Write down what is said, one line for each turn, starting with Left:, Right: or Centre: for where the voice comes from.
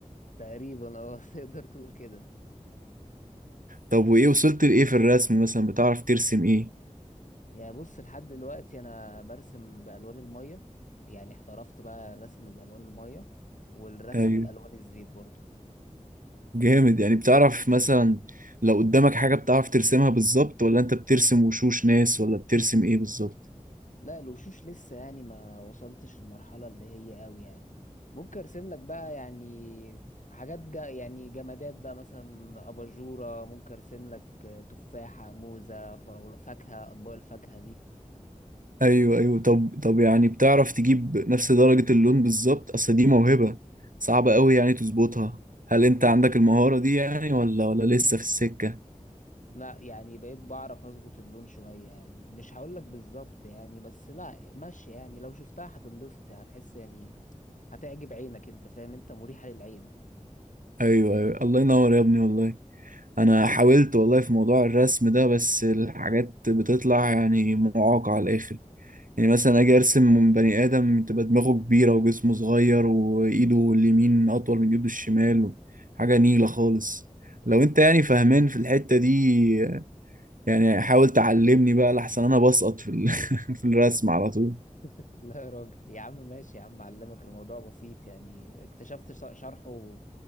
Left: تقريبا اه <laughs> تقدر تقول كده
Right: طب وايه وصلت لايه في الرسم مثلا بتعرف ترسم ايه
Left: يا بص لحد دلوقتي انا برسم بالوان المية يعني احترفت بقى الرسم بالوان المية والرسم
Right: ايوه
Left: بالوان الزيت برضو
Right: جامد يعني بتعرف مثلا لو قدامك حاجة بتعرف ترسمها بالظبط ولا انت بترسم وشوش ناس ولا بترسم ايه بالظبط
Left: لا الوشوش لسه يعني ما وصلتش المرحلة اللي هي قوي يعني ممكن ارسم لك بقى يعني حاجات جا يعني جمادات بقى مثلا اباجورة ممكن ارسم لك آه، تفاحة موزة فراولة فاكهة اطباق الفاكهة دي
Right: ايوه ايوه طب طب يعني بتعرف تجيب نفس درجة اللون بالظبط اصل دي موهبة صعبة قوي يعني تظبطها هل انت عندك المهارة دي يعني ولا ولا لسه في السكة
Left: لا يعني بقيت بعرف اظبط اللون شوية يعني مش هقول لك بالظبط يعني بس لا ماشي يعني لو شفتها هتنبسط يعني هتحس يعني هتعجب عينك انت فاهم انت مريحة للعين
Right: ايوه ايوه الله ينور يا ابني والله انا حاولت والله في موضوع الرسم ده بس الحاجات بتطلع يعني معاقة على الاخر يعني مثلا اجي ارسم من بني ادم تبقى دماغه كبيرة وجسمه صغير وايده اليمين اطول من ايده الشمال حاجة نيلة خالص لو انت يعني فاهمان في الحتة دي يعني حاول تعلمني بقى لحسن انا بسقط في ال... <laughs> في الرسم على طول
Left: <laughs> لا يا راجل يا عم ماشي يا عم علمك الموضوع بسيط يعني اكتشفت ش- شرحه